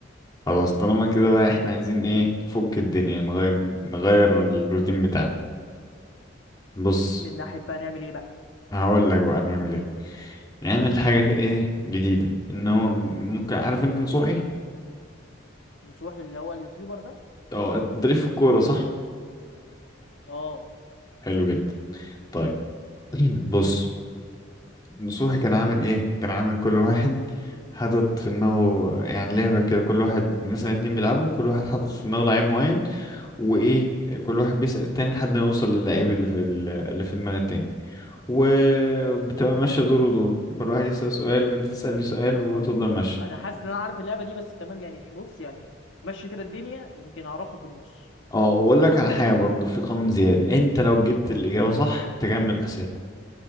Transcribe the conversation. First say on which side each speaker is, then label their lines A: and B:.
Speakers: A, on the left (about 20°); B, on the left (about 70°).
A: خلاص طالما كده بقى احنا عايزين ايه نفك الدنيا نغير نغير الروتين بتاعنا بص
B: من ناحية بقى نعمل ايه بقى
A: هقول لك بقى نعمل ايه نعمل حاجة ايه جديدة انه ممكن عارف انت نصوحي
B: نصوح اللي هو اليوتيوبر ده
A: اه ضريف في الكورة صح
B: اه
A: حلو جدا طيب <clears throat> بص نصوحي كان عامل ايه كان عامل كل واحد حاطط في دماغه يعني لعبة كده كل واحد مثلا اتنين بيلعبوا كل واحد حاطط في دماغه لعيب معين وايه كل واحد بيسأل التاني لحد ما يوصل للعيب اللي في اللي في دماغ التاني وبتبقى
B: حلو
A: ماشية دور ودور كل واحد يسأل سؤال وانت تسألني سؤال وتفضل
B: خلاص
A: ماشي
B: انا حاسس ان انا عارف اللعبة دي بس تمام يعني بص يعني مشي كده الدنيا يمكن اعرفها في النص
A: اه اقول لك على حاجة برضو في قانون زيادة انت لو جبت الإجابة صح تكمل أسئلة